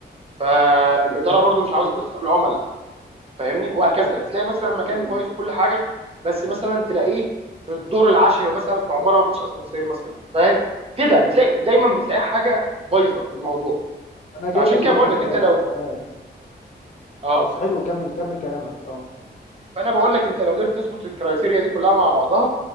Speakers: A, on the right; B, on the left.
A: فالاداره
B: فاهمك
A: برضو مش عاوزه
B: حلو
A: تخسر
B: جدا
A: العملاء فاهمني وهكذا تلاقي مثلا مكان
B: حلو
A: كويس
B: جدا
A: وكل حاجه بس مثلا تلاقيه في الدور العاشر مثلا في عماره ما فيهاش اسانسير مثلا فاهم كده بتلاقي
B: مم.
A: دايما بتلاقي حاجه بايظه في الموضوع
B: انا جاي
A: فعشان
B: لك
A: كده
B: برضو
A: بقول لك
B: في ده
A: انت لو
B: في سؤال
A: اه
B: بس حلو كمل كمل كلامك اه
A: فانا بقول لك انت لو قدرت تظبط الكرايتيريا دي كلها مع بعضها